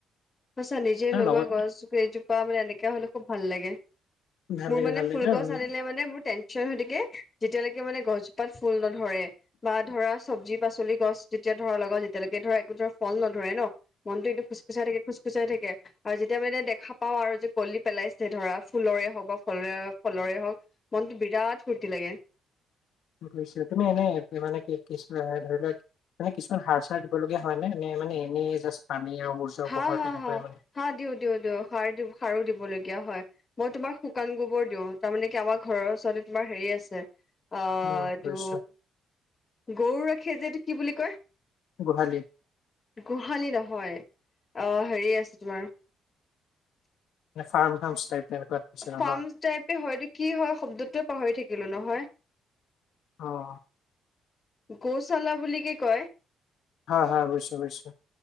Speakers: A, on the left; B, on the left.
A: সঁচা নিজে লগোৱা
B: লগত
A: গছজোপা মানে এনেকা হলে খুব ভাল লাগে।
B: ভাল
A: মোৰ
B: লাগে
A: মানে
B: ভাল লাগে
A: ফুলগছ
B: আৰু
A: আনিলে মানে মোৰ টেনচন হৈ থাকে যেতিয়ালৈকে মানে গছজোপাত ফুল নধৰে। বা ধৰা চব্জি পাচলি গছ যেতিয়া ধৰা লগাও যেতিয়ালৈকে ধৰা একো ধৰা ফল নধৰে ন, মনটো একদম খুচখুচাই খুচখুচাই থাকে। আৰু যেতিয়া মানে দেখা পাও আৰু যে কলি পেলাইছে ধৰা ফুলৰে হওক বা ফ ফলৰে হওক। মনটো বিৰাট ফূৰ্তি লাগে।
B: বুজিছোঁ, তুমি এনেই মানে কি কি ধৰি লোৱা মানে কিছুমান সাৰ চাৰ দিব লগীয়া হয় নে? নে মানে এনে জাষ্ট পানী আৰু
A: হা
B: পোহৰ
A: হা
B: তেনেকুৱাই
A: হা
B: মানে
A: হা দিওঁ দিওঁ দিওঁ সাৰ দি সাৰো দিবলগীয়া হয়। মই তোমাৰ শুকান গোবৰ দিওঁ, তাৰমানে কি আমাৰ ঘৰৰ ওচৰতে তোমাৰ হেৰি আছে আহ
B: অ
A: এইটো
B: বুজিছো
A: গৰু ৰাখে যে এইটো কি বুলি কয়?
B: গোহালি।
A: গোহালি নহয়, আহ হেৰি আছে তোমাৰ
B: নে ফাৰ্ম হাউচ টাইপ? তেনেকুৱা নিচিনা
A: ফাৰ্ম
B: ন
A: টাইপে হয় এইটো কি হয় শব্দটোয়ে পাহৰি থাকিলো নহয়।
B: অ'।
A: গৌছালা বুলিকে কয়।
B: হয় হয় বুজিছো বুজিছো